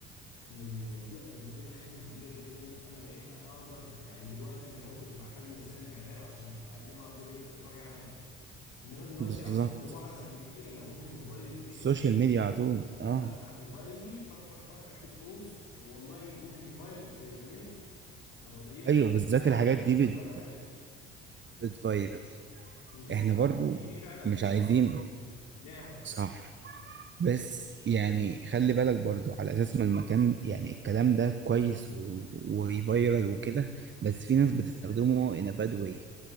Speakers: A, on the left (about 65°); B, on the right (about 35°).
A: ان ال- دي قدمت لنا خدمه كبيره جدا انا بقيت اقدر يعني دلوقتي زمان كنت بحتاج لوسائل الاعلام عشان اقلبها قضيه راي عام انما دلوقتي
B: بالظبط
A: العكس الموضوع اسهل بكتير انا ممكن موبايلي في بيتي
B: السوشيال
A: أخ-
B: ميديا
A: ال-
B: على طول اه
A: افتح موبايلي تك تك تك اكتب بوست آه، والله ممكن يفايرل في مينت ابقى قضيتي
B: ايوه
A: قضيه
B: بالذات
A: راي عام
B: الحاجات
A: في
B: دي
A: في ولا
B: بت...
A: حاجه
B: بتفيرل
A: امم
B: احنا برضو
A: دي دي فعلا
B: مش عايزين
A: آه، يعني نعمة
B: صح بس يعني خلي بالك برضو على اساس ما المكان يعني الكلام ده كويس و- وفيرال وكده بس في ناس بتستخدمه in a bad way